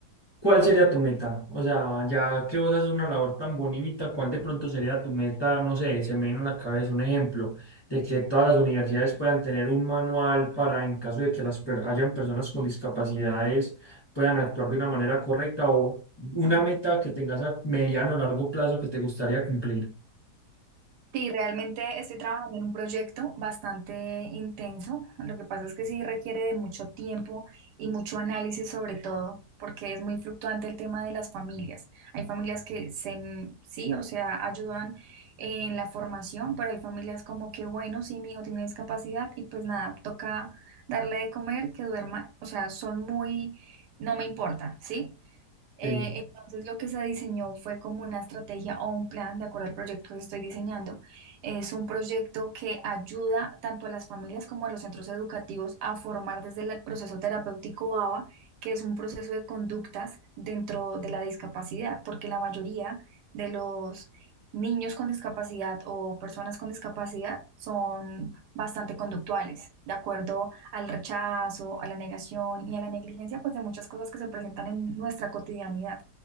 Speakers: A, on the left (about 40°); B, on the right (about 80°).
A: ¿Cuál sería tu meta? O sea, ya que vos haces una labor tan bonita, ¿cuál de pronto sería tu meta? No sé, se me viene a la cabeza un ejemplo de que todas las universidades puedan tener un manual para, en caso de que las per- hayan personas con discapacidades, puedan actuar de una manera correcta o una meta que tengas a mediano o largo plazo que te gustaría cumplir.
B: Sí, realmente estoy trabajando en un proyecto bastante intenso. Lo que pasa es que sí requiere de mucho tiempo y mucho análisis sobre todo, porque es muy fluctuante el tema de las familias. Hay familias que se, mm, sí, o sea, ayudan en la formación, pero hay familias como que, bueno, sí, mi hijo tiene una discapacidad y pues nada, toca darle de comer, que duerma, o sea, son muy, no me importa, ¿sí? Eh,
A: Sí,
B: entonces lo que se diseñó fue como una estrategia o un plan de acuerdo al proyecto que estoy diseñando. Es un proyecto que ayuda tanto a las familias como a los centros educativos a formar desde el proceso terapéutico ABA, que es un proceso de conductas dentro de la discapacidad, porque la mayoría de los niños con discapacidad o personas con discapacidad son bastante conductuales, de acuerdo al rechazo, a la negación y a la negligencia, pues de muchas cosas que se presentan en nuestra cotidianidad.